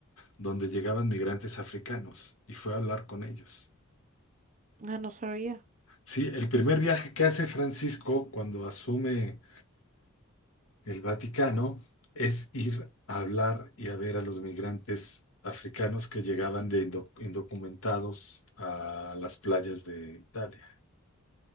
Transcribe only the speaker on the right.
Ah, no sabía.